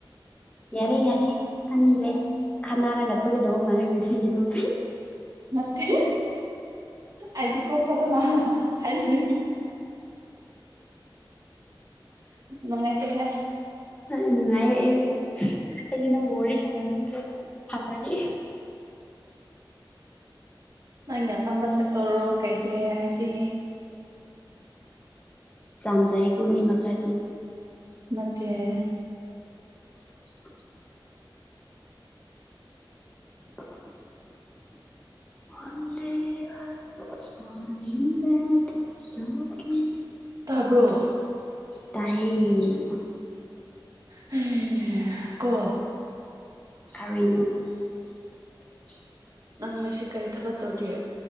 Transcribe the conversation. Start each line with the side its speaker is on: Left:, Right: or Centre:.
Left: ꯌꯥꯔꯦ ꯌꯥꯔꯦ ꯇꯥꯅꯤꯡꯗ꯭ꯔꯦ ꯈꯟꯅꯔꯒ ꯇꯨꯀꯗꯧꯕ ꯃꯥꯜꯂꯦ ꯉꯁꯤꯒꯤ ꯇꯣꯛꯇꯤ
Right: ꯅꯠꯇꯦ ꯑꯖꯤ ꯀꯣ ꯐꯖꯅ ꯍꯥꯏꯗꯤ ꯅꯨꯡꯉꯥꯏꯇꯦꯍꯦ
Left: ꯅ ꯅꯨꯡꯉꯥꯏ ꯌꯦ ꯑꯦ ꯃꯦ ꯑꯩꯗꯤ ꯅꯪꯒ ꯋꯥꯔꯤ ꯁꯥꯅꯕꯤꯗ꯭ꯔꯦ ꯐꯕꯒꯤ
Right: ꯅꯪꯒꯤ ꯑꯄꯥꯝꯕꯁꯦ ꯇꯧꯔꯣ ꯀꯩꯗꯦ ꯑꯩꯗꯤ
Left: ꯆꯥꯟꯖꯥꯏꯒꯨꯝ ꯃꯤꯃꯆꯥꯥꯗꯤ
Right: ꯅꯠꯇꯦꯍꯦ
Left: <unintelligible> <unintelligible> ꯋꯥꯟꯗꯦ ꯍꯥꯏ ꯋꯥꯟꯅꯤꯡꯗꯦ ꯑꯥꯏ ꯋꯥꯁ ꯖꯣꯀꯤꯡ
Right: ꯇꯥꯕ꯭ꯔꯣ
Left: ꯇꯥꯏꯌꯦ
Right: ꯍꯝ ꯀꯣ
Left: ꯀꯔꯤꯅꯣ <unintelligible>
Right: ꯅꯪꯅ ꯉꯁꯤ ꯀꯔꯤ ꯊꯕꯛ ꯇꯣꯒꯦ